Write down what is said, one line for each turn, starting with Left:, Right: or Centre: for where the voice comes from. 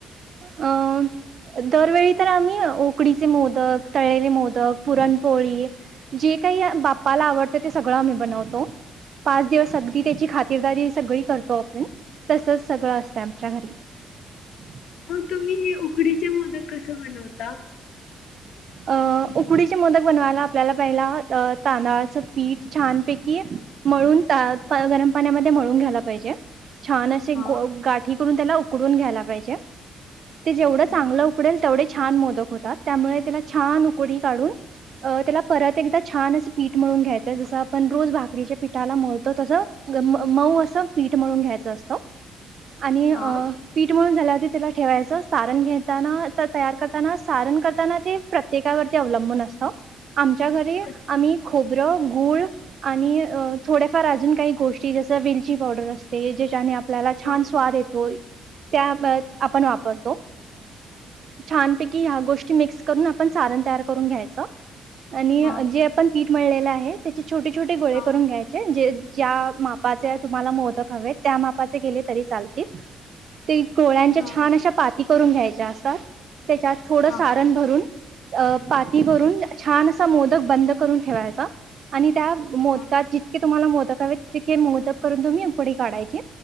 Right: अ दरवेळी तर आम्ही उकडीचे मोदक, तळेले मोदक, पुरणपोळी जे काही बाप्पाला आवडतं ते सगळं आम्ही बनवतो. पाच दिवस अगदी तेची खातीरदारी सगळी करतो आपण तसच सगळं असतं आमच्या घरी. हम्म.
Left: मग तुम्ही हे उकडीचे मोदक कसे बनवता?
Right: ह <unintelligible> अं उकडीचे मोदक बनवायला आपल्याला पहिला तांदळाचं पीठ छान पैकी मळून त गरम पाण्यामध्ये मळून घ्यायला पाहिजे. छान असे
Left: हां,
Right: ग गाठी करून त्याला उकडून घ्यायला पाहिजे ते जेवढ
Left: हां,
Right: चांगलं उकडेल तेवढे छान मोदक होतात त्यामुळे त्याला छान उकडी काढून त्याला परत एकदा छान असं पीठ मळून घ्यायचंय जसं आपण रोज भाकरीच्या पीठाला मळतो तस. गम म मऊ असं पीठ मळून घ्यायचं असत.
Left: <unintelligible>
Right: आणि
Left: हां,
Right: पीठ मळून झाल्यावर त्याला ठेवायचं सारण घेताना तयार करताना सारण करताना ते प्रत्येकावरती अवलंबून असतं आमच्या घरी
Left: अच्छा.
Right: आम्ही खोबर, गुळ आणि थोड्याफार अजून काही गोष्टी जस वेलची पावडर असते ज्याच्याने आपल्याला
Left: हां,
Right: छान स्वाद येतोय. त्या आपण वापरतो छान पैकी ह्या गोष्टी मिक्स करून आपण सारण तयार करून घ्यायच आणि
Left: हां,
Right: ज आपण पीठ मळलेलं आहे त्याचे छोटे, छोटे गोळे
Left: हां,
Right: करून घ्यायचे जे ज्या मापाचे तुम्हाला मोदक हवेेत त्या मापाचे केले तरी चालतील. ते गोळ्यांच्या
Left: हां,
Right: छान अशा पाती करून घ्यायच्या असतात. त्याच्यात थोडं
Left: हां,
Right: सारण भरून अ पातीभरून छान असा मोदक बंद करून ठेवायचा आणि त्या मोदकात
Left: हां.
Right: जितके तुम्हाला मोदक हवे तितके मोदक करून तुम्ही कडी काढायची.